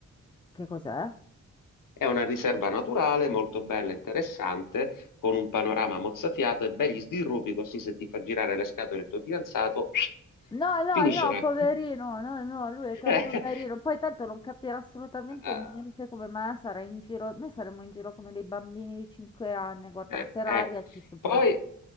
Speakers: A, on the left; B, on the left.
A: Che cos'è?
B: È una riserva naturale molto bella e interessante, con un panorama mozzafiato e begli sdirrupi, così se ti fa girare le scatole il tuo fidanzato, <sniffs>
A: No, no,
B: finisce
A: no,
B: là.
A: poverino, no, no, lui è tanto
B: <laughs>
A: carino. Poi tanto non capirà assolutamente
B: Ah,
A: niente come me, sarà in giro, noi saremo in giro come dei bambini di 5 anni, guarda,
B: eh,
A: per
B: eh.
A: aria ci sopra...
B: Poi